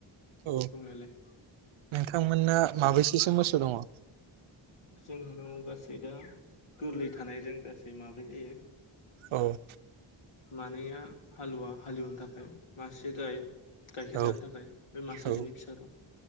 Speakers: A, on the right; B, on the left.
A: औ
B: दंनायालाय
A: नोंथांमोनना माबैसेसो मोसौ दङ'?
B: जोंहानाव गासै दा गोरलै थानायजों गासै माब्रै जायो।
A: औ
B: मानैया हालुवा हालेवनो थाखाय मासे गाय। गाइखेर
A: औ
B: जानो थाखाय बे मासे
A: औ
B: बिनि फिसा दं।